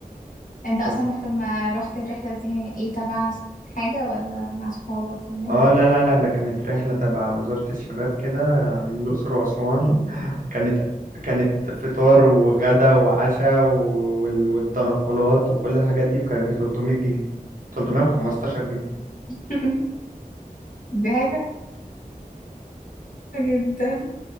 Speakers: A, on the left; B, on the right.
A: انت اصلا
B: بس
A: رحت ما رحت الرحلة دي ايه تبع حاجة ولا مع صحابك ولا ايه
B: اه لا لا لا ده كانت رحلة تبع وزارة الشباب كده آم، الأقصر وأسوان <laughs> كانت كانت فطار وغدا وعشاء و- وال... والتنقلات وكل الحاجات دي وكانت ب 300 جنيه 315 جنيه
A: <laughs> دي حاجة جدا